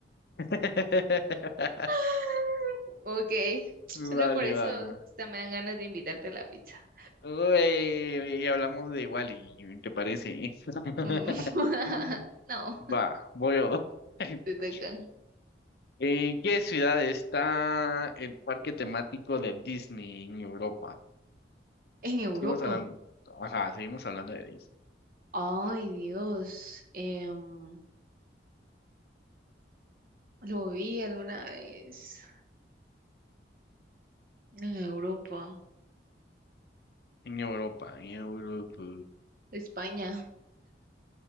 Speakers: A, on the left; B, on the right.
A: <laughs>
B: <laughs> Ok.
A: Vale,
B: Solo por eso
A: va.
B: hasta me dan ganas de invitarte a la pizza.
A: Uy, y hablamos de Wally, ¿te parece? <laughs>
B: Mm. <laughs> No,
A: Va, voy yo. <laughs>
B: te tocan.
A: ¿En qué ciudad está el parque temático de Disney en Europa?
B: En Europa.
A: Seguimos hablando, ajá, seguimos hablando de Disney.
B: Ay, Dios. Em, lo vi alguna vez. En Europa.
A: En Europa, en Europa.
B: España.